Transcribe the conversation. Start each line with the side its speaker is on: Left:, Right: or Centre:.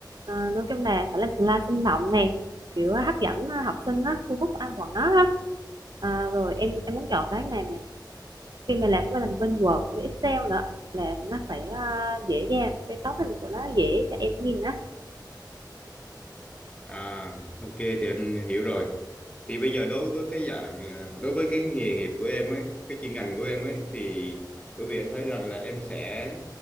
Right: à, nói chung là phải làm slide sinh động nè kiểu hấp dẫn à, học sinh á thu hút ăn bọn nó á à, rồi em em muốn chọn cái này mà Khi mà làm cái mình bên Word với Excel nữa là nó phải, a, dễ dàng, cái cấu hình của nó dễ cho em nhìn á.
Left: À, ok thì anh hiểu rồi. Thì bây giờ đối với cái dạng à, đối với cái nghề nghiệp của em ấy, cái chuyên ngành của em ấy thì bởi vì anh thấy rằng là em sẽ